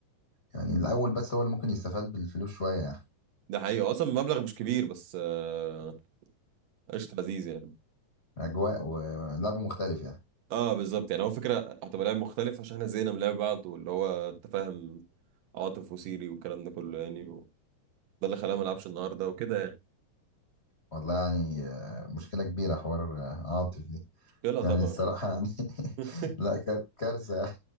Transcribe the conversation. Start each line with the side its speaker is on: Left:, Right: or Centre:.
Left: يعني الاول بس هو اللي ممكن يستفاد بالفلوس شوية يعني
Right: ده حقيقي اصلا المبلغ مش كبير بس آه، قشطه لذيذ يعني
Left: اجواء ولعب مختلف يعني
Right: اه بالظبط يعني هو فكره هتبقى لعب مختلف عشان احنا زهقنا من لعب بعض واللي هو تفاهم عاطف وسيري والكلام ده كله يعني و... ده اللي خلاه ما لعبش النهارده وكده يعني
Left: والله يعني آه، مشكله كبيره حوار آه، عاطف دي
Right: مشكله طبعا
Left: يعني الصراحه يعني <laughs>
Right: <laughs>
Left: لا كار- كارثه يعني.